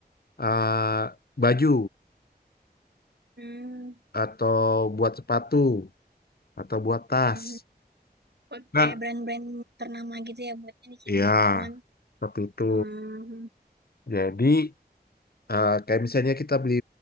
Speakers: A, on the left; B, on the right.
A: eh, baju
B: Hmm,
A: atau buat sepatu atau buat tas.
B: hmm. Kok
A: Kan?
B: kayak brand-brand ternama gitu ya buatnya di Cina,
A: Iya,
B: cuman
A: seperti itu.
B: hmm,
A: Jadi eh, kayak misalnya kita beli